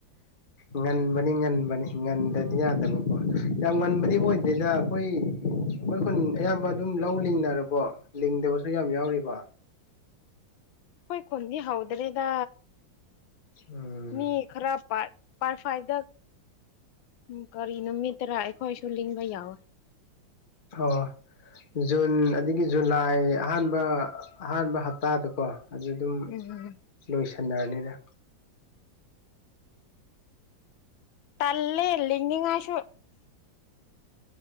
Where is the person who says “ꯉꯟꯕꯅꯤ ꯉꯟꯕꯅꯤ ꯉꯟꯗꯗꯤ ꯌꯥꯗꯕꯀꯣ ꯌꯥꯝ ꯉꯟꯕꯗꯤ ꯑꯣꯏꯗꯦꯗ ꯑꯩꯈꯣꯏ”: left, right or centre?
Left